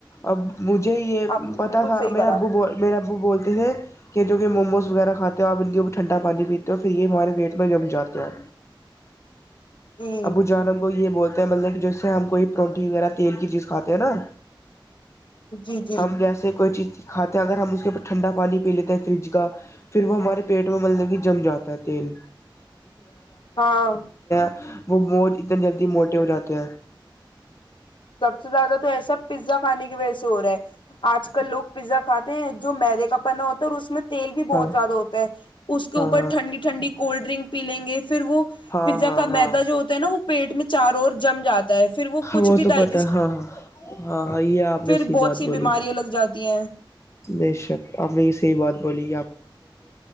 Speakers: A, on the left (about 35°); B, on the left (about 70°).
A: اب <unintelligible> مجھے یہ
B: آپ نے
A: پتہ
B: بالکل
A: تھا
B: صحیح
A: میرے
B: کرا
A: ابو میرے ابو بولتے ہیں کہ کیونکہ محمد وغیرہ کھاتے ہو اپ ان کے اوپر ٹھنڈا پانی پیتے ہو پھر یہ ہمارے ویٹ میں جم جاتے ہیں
B: جی
A: ابو جانب کو یہ بول جیسے ہم کوئی پرنٹی وغیرہ تیل کی چیز کھاتے ہیں نا
B: جی جی
A: ہم جیسے کوئی چیز تاکہ اگر ہم اس کے اوپر ٹھنڈا پانی پی لیتے ہیں فریج کا پھر وہ ہمارے پیٹ میں ملنے کی جم جاتا ہے تیل
B: ہاں
A: <unintelligible> وہ اتنی جلدی موٹے ہو جاتے ہیں
B: سب سے زیادہ تو ایسا پزا کھانے کی وجہ سے ہو رہا ہے اج کل لک پزا کھاتے ہیں جو میلے کا پنا ہوتا تیل بھی بہت
A: ہاں
B: زیادہ ہوتا ہے اس کے
A: ہاں
B: اوپر ٹھنڈی ٹھنڈی کولڈ ڈرنک پی لیں گے پھر وہ
A: ہاں
B: پزا
A: ہاں
B: کا
A: ہاں
B: میدہ جو ہوتا ہے نا وہ پیٹ میں چار اور جمجا دے پھر وہ
A: ہاں
B: کچھ بھی
A: تو
B: دے
A: پتہ ہاں ہاں، یہ آپ
B: پھر
A: نے صحیح
B: بہت
A: بات
B: سی
A: بولی
B: بیماریاں
A: ہے،
B: لگ جاتی ہیں
A: بے شک آپ نے صحیح بات بولی۔